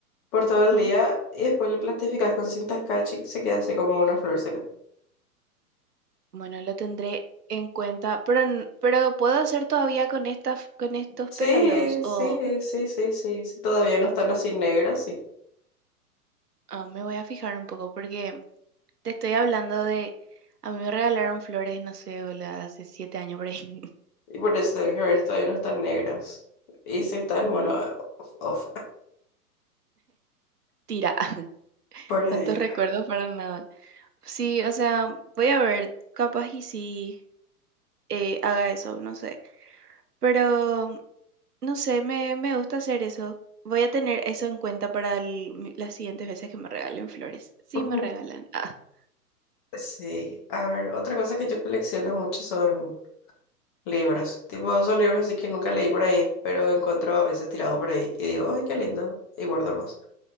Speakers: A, on the left; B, on the right.
A: por todo
B: Ujú.
A: el día, y después le plastificás con cinta catch y se queda así como una flor seca.
B: Bueno, lo tendré en cuenta, pero, n- pero ¿puedo hacer todavía con estas, con estos
A: Sí,
B: pétalos?
A: sí,
B: O
A: sí, sí, sí. sí. Todavía no están así negras, sí.
B: ah, me voy a fijar un poco, porque te estoy hablando de, a mí me regalaron flores, no sé, hola, hace siete años por ahí. <laughs>
A: Y por eso tenés que ver si todavía no están negras. Y si están,
B: Bueno,
A: bueno, off, <laughs> off,
B: tira, <laughs>
A: por ahí.
B: tantos recuerdos para nada. Sí, o sea, voy a ver, capaz y sí eh, haga eso, no sé. Pero, no sé, me, me gusta hacer eso. Voy a tener eso en cuenta para el- mi- las siguientes veces que me regalen flores. Sí,
A: <laughs> Ujú.
B: me regalan. <laughs>
A: Sí, a ver, otra cosa que yo colecciono mucho son libros. Tipo, son libros así que nunca leí por ahí, pero encuentro a veces tirado por ahí. Y digo, ay, qué lindo. Y guardo más.